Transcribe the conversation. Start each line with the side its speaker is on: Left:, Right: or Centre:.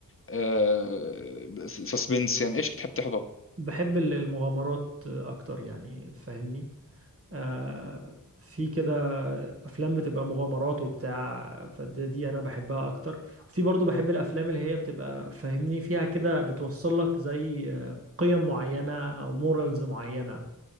Left: آه سسبنس يعني ايش بتحب تحضر
Right: بحب ال- المغامرات أكتر يعني فاهمني آه، في كده أفلام بتبقى مغامرات وبتاع فدي أنا بحبها أكتر وفي برضو بحب الأفلام اللي هي بتبقى فاهمني فيها كده بتوصل لك زي آه، قيم معينة أو مورالز معينة